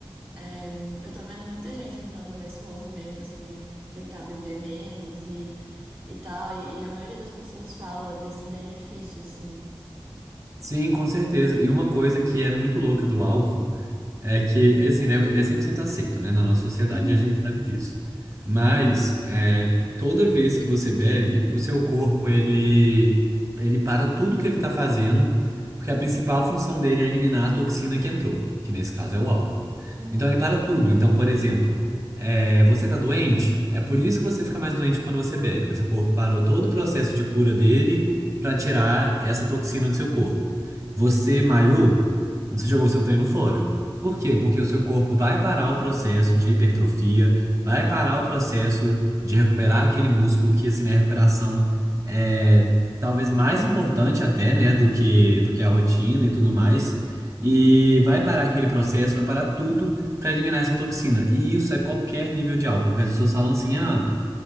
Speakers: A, on the right; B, on the right.
A: É, eu tô vendo muita gente entrando nesse movimento, assim, de f- tentar beber menos e, e tal, e, e a maioria das pessoas fala desse benefício, assim.
B: Sim, com certeza. E uma coisa que é muito louca do álcool É que, ele, assim, ele é, ele é 100% aceito, né? Na nossa sociedade,
A: Uhum,
B: e a gente sabe disso. Mas, é, toda vez que você bebe, o seu corpo, ele, ele para tudo que ele tá fazendo, porque a principal função dele é eliminar a toxina que entrou, que nesse caso é o álcool.
A: uhum,
B: Então, ele para tudo. Então, por exemplo, é, você tá doente, é por isso que você fica mais doente quando você bebe, porque seu corpo parou todo o processo de cura dele para tirar essa toxina do seu corpo. Você malhou, você jogou seu treino fora. Por quê? Porque o seu corpo vai parar o processo de hipertrofia, vai parar o processo de recuperar aquele músculo que, assim, né, a recuperação é talvez mais importante até, né, do que, do que a rotina e tudo mais. E vai parar aquele processo, vai parar tudo para eliminar essa toxina. E isso é qualquer nível de álcool, porque as pessoas falam assim, ah,